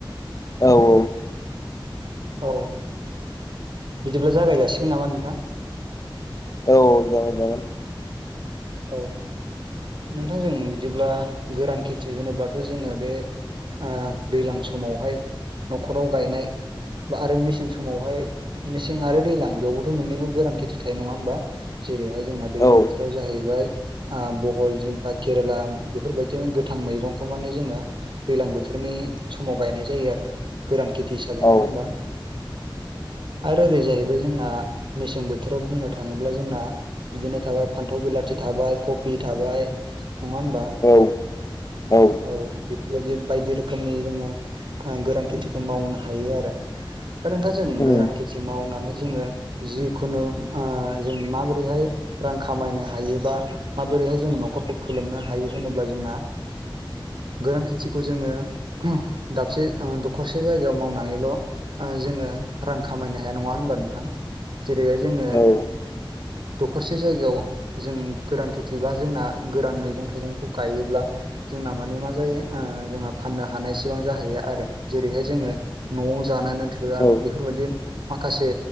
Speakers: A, on the left (about 40°); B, on the right (about 65°).
A: औ औ
B: औ बिदिब्ला जागाय जासिगोन नामा नोंथां
A: औ जागाय जागोन।
B: औ नोंथां जों बिदिब्ला गोरान खेथि होनोब्लाथ' जोंङो बे ओ दैज्लां समावहाय न'खराव गायनाय बा आरो मेसें समावहाय मेसें आरो दैज्लां बेयावबोथ' मोननैबो गोरान खेथि थायो नंङा होमबा जेरैहाय जोंना दैलां
A: औ
B: बोथोराव जायो आ बहल, जिंखा, केरेला, बेफोरबायदिनो गोथां मैगंखौ माने जोंङो दैलां बोथोरनि समाव गायनाय जायो आरो गोरान खेथि हिसाबै नंअंङा
A: औ
B: होमबा आरो ओरैजायबो जोंना मेसें बोथोराव बुंनो थांङोब्ला जोंना बिदिनो थाबाय फान्थाव बिलाथि थाबाय कफि थाबाय नंङा होमबा
A: औ औ
B: औ बेफोरबायदि बायदि रोखोमनि जोंङो गोरान खेथिखौ मावनो हायो आरो। दा नोंथाङा जों गोरान
A: उम
B: खेथि मावनानै जोंङो। जिखुनु ओ जों माबोरैहाय रां खामायनो हायो बा माबोरैहाय जों न'खरखौ फोलोमनो हायो होनोब्ला जोंना गोरान खेथिखौ जोंङो दाबसे दखरसे जायगायाव मावनानैल' जोंङो रां खामायनो हाया नङा होनबा नोंथां जेरैहाय जोंङो
A: औ
B: दखरसे जायगायाव जों गोरान खेथि बा जोंना गोरान मैगं थाइगंखौ गायोब्ला। जोंना माने मा जायो ओ जोंहा फाननो हानायसिबां जाहैयो आरो जेरैहाय जोंङो। न'आव जानोनो थोआ
A: औ
B: बेफोरबायदि माखासे